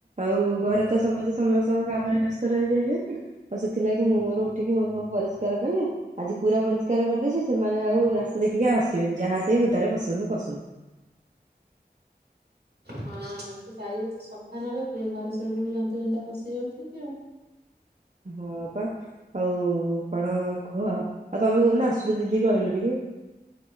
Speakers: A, on the right (about 45°); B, on the right (about 75°).
A: ଆଉ ଘରେ ତ ସମସ୍ତେ ସମସ୍ତଙ୍କ କାମରେ ବ୍ୟସ୍ତ। ରହିଯାଇଛନ୍ତି ଆଉ ସେଥିଲାଗି ମୁଁ ମୋର ଉଠିକି ମୋର ସବୁ ପରିଷ୍କାର କଲି ଆଜି ପୁରା ପରିଷ୍କାର କରିଦେଇଛି। ସେମାନେ ଆଉ ରାସ୍ତା ଦେଖିକି ଆସିବେନି ଯାହା ସେଇ ଉଦାରେ ପସନ୍ତୁ- ପସନ୍ତୁ।
B: ହଁ ସେ ଚାରି ନ ରଖିଲେ ଘରେ ସବୁ ବୁଲନ୍ତୁ ଯେନ୍ତା ପ ସେ ଯାଉଛନ୍ତି ଆଉ।
A: ହଁ ବାପା ଆଉ କଣ କୁହ, ଆଉ ତମେ କହୁଦିନ ଆସୁଛ ଦିଦି କହିଲ ଟିକେ।